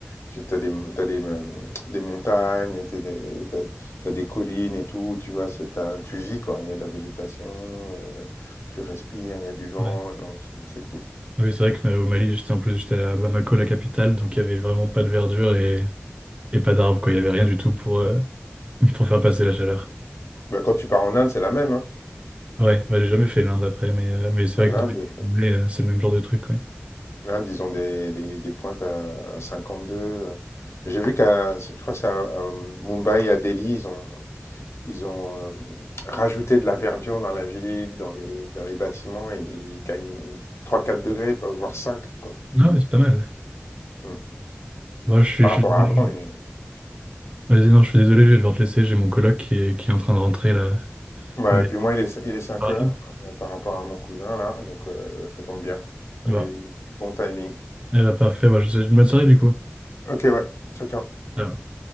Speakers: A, on the left; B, on the right.
A: Tu as des, t'as des, euh, des montagnes, t'as des, t'as- des collines et tout, tu vois, c'est un- tu vis quoi, il y a de la végétation, euh, tu respires, il y a du vent,
B: Ouais.
A: non, c'est c'est cool.
B: Oui, c'est vrai que euh, au Mali, j'étais en plus, j'étais à Bamako, la capitale, donc il y avait vraiment pas de verdure et, et pas d'arbres, quoi. Il y avait rien du tout pour, euh, <laughs> pour faire passer la chaleur.
A: Bah, quand tu pars en Inde, c'est la même, hein.
B: Ouais, bah, j'ai jamais fait l'Inde après, mais, euh, mais c'est vrai
A: En
B: que dans
A: Inde,
B: les Pyrénées, euh, c'est le même genre de truc, ouais.
A: Hein, disons des, des, des pointes à à 52. euh. J'ai vu qu'à, je crois que c'est à, à Mumbai et à Delhi, ils ont, ils ont euh, rajouté de la verdure dans la ville, dans les, dans les bâtiments, et ils gagnent trois quatre degrés, pas- voire cinq quoi.
B: Non, mais c'est pas mal. ouais.
A: Mm.
B: Bon, je suis,
A: Par
B: je
A: rapport
B: suis désolé.
A: à avant. les-
B: Vas-y, non, je suis désolé, je vais devoir te laisser. J'ai mon coloc qui est, qui est en train de rentrer là.
A: Ouais,
B: Mais,
A: et puis moi, il est, il est 5
B: pardon.
A: heures euh, par rapport à mon cousin, là, donc euh, ça tombe bien.
B: Bon,
A: Et bon timing.
B: Eh bah, parfait. Bah, je te souhaite une bonne soirée du coup.
A: Ok, ouais. Ciao, ciao.
B: Ciao.